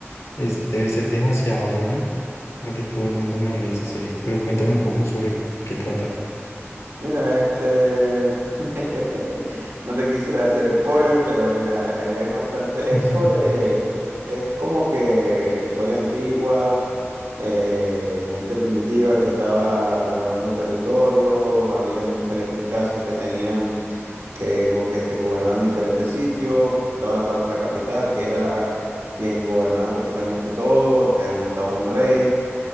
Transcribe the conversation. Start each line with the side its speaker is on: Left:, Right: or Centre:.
Left: es, debe ser demasiado buena para que todo el mundo me hable de esa serie. Pero cuéntame un poco sobre qué trata.
Right: Mira, este, <laughs> no te quisiera hacer spoiler, pero mira, es bastante,
Left: <laughs>
Right: es sobre, es como que historia antigua, eh, gente primitiva que estaba gobernando territorios, habían diferentes casas que tenían, que, go- que este, gobernaban diferentes sitios, estaba la parte de la capital, que era quien gobernaba prácticamente todo, que era hasta un rey.